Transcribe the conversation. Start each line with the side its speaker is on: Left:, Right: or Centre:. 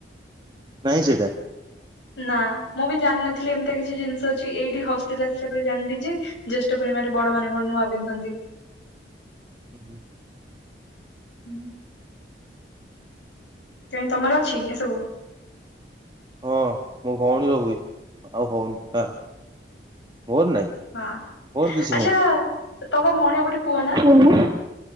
Right: ନାହିଁ ସେଇଟା?
Left: ନା ମୁଁ ବି ଜାଣିନଥିଲି ଏମିତି କିଛି ଜିନିଷ ଅଛି ଏଇଠି ହଷ୍ଟେଲ୍ ଆସିବା ପରେ ଜାଣିଲି ଜେ ଜେଷ୍ଟ ପୂର୍ଣ୍ଣିମା ରେ ବଡ ମାନ କଣ ନୂଆ ପିନ୍ଧନ୍ତି।
Right: ହୁଁ, ହୁଁ।
Left: ହୁଁ, ହୁଁ। ତେଣୁ ତମର ଅଛି ଏସବୁ।
Right: ହଁ ମୋ ଭଉଣୀ ର ହୁଏ ଆଉ ହଉନି ତାର ମୋର ନାଇଁ।
Left: ହଁ
Right: ମୋର କିଛି
Left: ଆଚ୍ଛା
Right: ନାଇଁ।
Left: ତମ ଭଉଣୀ ର ଗୋଟେ ପୁଅ ନା।
Right: <unintelligible>